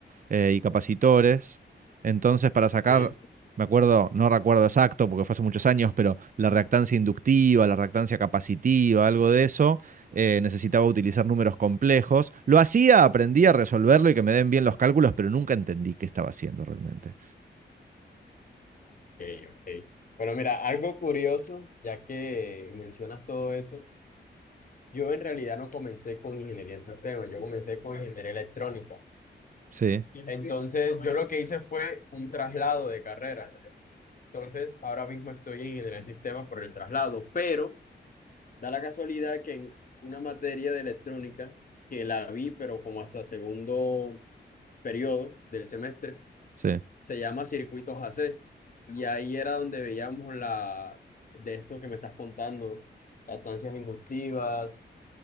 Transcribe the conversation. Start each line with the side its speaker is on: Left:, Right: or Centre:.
Right: eh, y capacitores. Entonces, para sacar,
Left: sí,
Right: me acuerdo, no recuerdo exacto porque fue hace muchos años, pero la reactancia inductiva, la reactancia capacitiva, algo de eso, eh, necesitaba utilizar números complejos. Lo hacía, aprendí a resolverlo y que me den bien los cálculos, pero nunca entendí qué estaba haciendo realmente.
Left: ok, ok. Bueno, mira, algo curioso, ya que mencionas todo eso, yo en realidad no comencé con ingeniería en sistemas, yo comencé con ingeniería electrónica.
Right: Sí,
Left: Entonces, yo lo que hice fue un traslado de carrera. Entonces, ahora mismo estoy en ingeniería en sistemas por el traslado, pero da la casualidad que en una materia de electrónica, que la vi, pero como hasta segundo periodo del semestre,
Right: sí,
Left: se llama Circuitos AC. Y ahí era donde veíamos la de eso que me estás contando, estancias inductivas